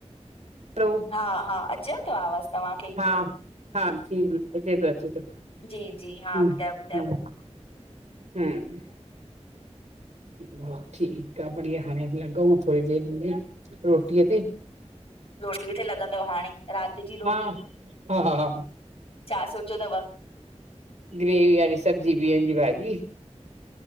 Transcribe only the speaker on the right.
हलो
हा हा जी-जी अचे थो अचे थो
ह ह
हम्म हा ठीक आ बढ़िया हाणे लगउ थोड़ी देर मे रोटीअ ते।
हा हा हा
ग्रेवी वारी सब्जी बिहन जी भाॼी।